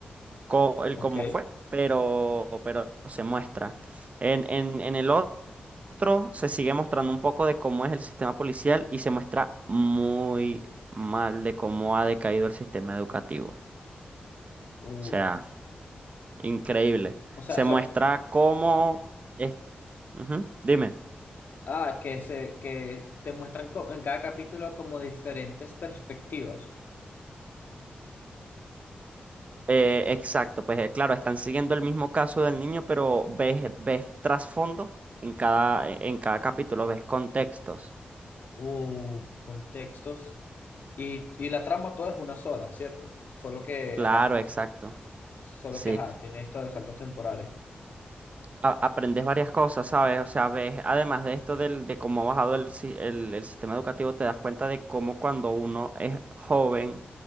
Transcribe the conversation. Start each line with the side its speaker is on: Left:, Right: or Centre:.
Right: co- el
Left: Ok.
Right: cómo fue, pero, pero se muestra. En, en, en el otro se sigue mostrando un poco de cómo es el sistema policial y se muestra muy mal de cómo ha decaído el sistema educativo. O
Left: Uf.
Right: sea, increíble.
Left: O sea,
Right: Se
Left: son.
Right: muestra cómo... es- Ujú, Dime.
Left: Ah, que se, que te muestran co- en cada capítulo como diferentes perspectivas.
Right: Eh, exacto, pues eh, claro, están siguiendo el mismo caso del niño, pero ves, ves trasfondo en cada, en cada capítulo, ves contextos.
Left: Uf, contextos. Y, y la trama toda es una sola, ¿cierto? Solo que,
Right: Claro,
Left: ajá.
Right: exacto.
Left: Solo
Right: Sí.
Left: que, ajá, tiene esto de los saltos temporales.
Right: a- aprendes varias cosas, ¿sabes? O sea, ves, además de esto del, de cómo ha bajado el, si- el, el sistema educativo, te das cuenta de cómo cuando uno es joven,